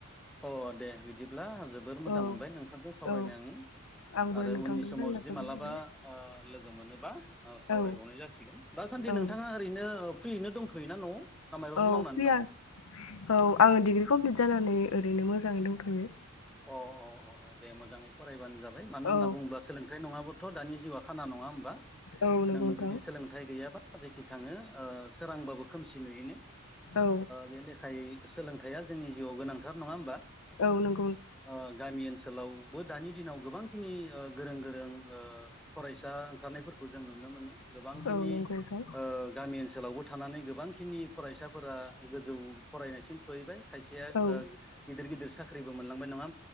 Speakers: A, in the centre; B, on the left.
A: अ दे बिदिब्ला जोबोर मोजां
B: औ
A: मोनबाय नोंथांजों सावरायनायनि
B: औ आंबो
A: आरो
B: नोंथांजों
A: उननि समाव
B: रायज्लायना
A: जुदि
B: जोबोद
A: मालाबा
B: मोजां मोनबाय।
A: लोगो मोनोबा सावरायबावनाय
B: औ
A: जासिगोन दा सान दे
B: औ
A: नोंथाङा ओरैनो फ्रिनो दंथ'योना न'आव ना माबाफोर
B: औ
A: मावनानै
B: फ्रिया
A: दङ अ
B: औ आङो डिग्रि कमप्लिट जानानै ओरैनो मोजाङै दंथ'यो
A: अ अ अ दे मोजाङै फरायबानो जाबाय मानो होनना
B: औ
A: बुङोब्ला सोलोंथाइ नङाबो थ' दानि जिउआ खाना नङा होमबा
B: औ नंगौ
A: नोङो
B: नोंथां
A: जुदि सोलोंथाइ गैयाबा जेखि थाङो सोरांबाबो खोमसि नुयनो
B: औ
A: बे लेखायै सोलोंथाइआ जोंनि जिउआव गोनांथार नङा होमबा
B: औ नोंथां
A: ओ गामि ओनस ओनसोलावबो दानि दिनाव गोबांखिनि गोरों गोरों फरायसा ओंखारनायफोरखौ जों नुनो मोनो गोबांखिनि
B: औ नंगौ नोंथां
A: ओ गामि ओनसोलावबो थानानै गोबांखिनि फरायसाफोरा गोजौ फरायनायसिम सहैबाय खायसेया
B: औ
A: गिदिर गिदिर साख्रिबो मोनलांबाय नङा